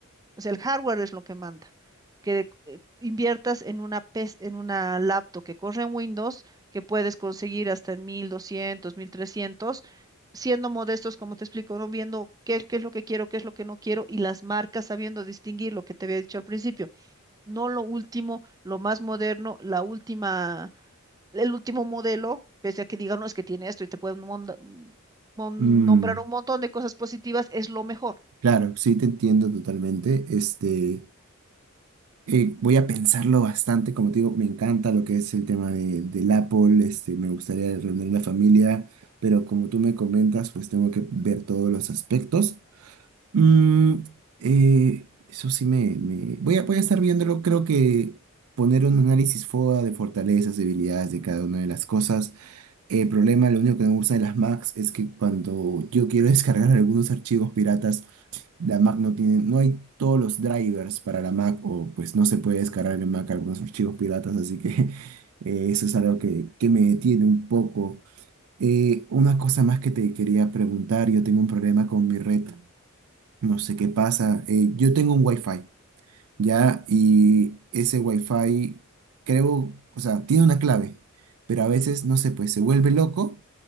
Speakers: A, on the right (about 15°); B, on the right (about 80°).
A: O sea, el hardware es lo que manda. Que eh, inviertas en una, pes- en una laptop que corre en Windows, que puedes conseguir hasta en mil doscientos mil trescientos siendo modestos, como te explico, no viendo qué, qué es lo que quiero, qué es lo que no quiero, y las marcas sabiendo distinguir lo que te había dicho al principio. No lo último, lo más moderno, la última, el último modelo, pese a que digan, no, es que tiene esto y te pueden monda- mon-
B: Mm,
A: nombrar un montón de cosas positivas, es lo mejor.
B: claro, sí te entiendo totalmente. Este. Eh, voy a pensarlo bastante, como te digo, me encanta lo que es el tema de, del Apple, este, me gustaría reunir la familia, pero como tú me comentas, pues tengo que ver todos los aspectos. Mm, eh, eso sí me, me- Voy a, voy a estar viéndolo, creo que poner un análisis FODA de fortalezas, debilidades de cada una de las cosas. El problema, lo único que me gusta de las Macs es que cuando yo quiero <laughs> descargar algunos archivos piratas, la Mac no tiene, no hay todos los drivers para la Mac o pues no se puede descargar en Mac algunos archivos piratas, así que <laughs> eh, eso es algo que, que me detiene un poco. Eh, una cosa más que te quería preguntar, yo tengo un problema con mi red, no sé qué pasa. Eh, yo tengo un Wi-Fi, ¿ya? Y ese Wi-Fi creo, o sea, tiene una clave, pero a veces, no sé, pues se vuelve loco